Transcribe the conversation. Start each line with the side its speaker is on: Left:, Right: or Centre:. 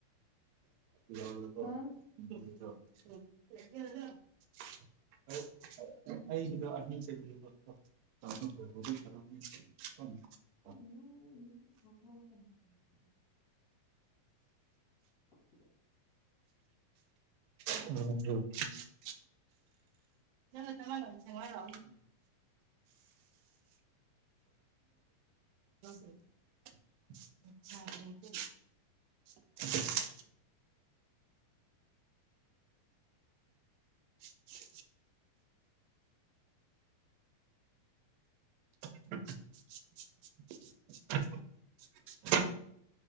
Right: <unintelligible>
Left: ꯍꯥ
Right: ꯑꯩ ꯑꯩꯒꯤꯗꯣ ꯑꯅꯤ <unintelligible> <unintelligible>
Left: <unintelligible> <inaudible>
Right: <unintelligible> <unintelligible> ꯅꯪꯒ ꯆꯞ ꯃꯥꯟꯅꯕ ꯁꯦꯝꯃꯣ ꯍꯥꯏꯔꯣ <unintelligible> <unintelligible> <unintelligible> <inaudible> <unintelligible> <unintelligible>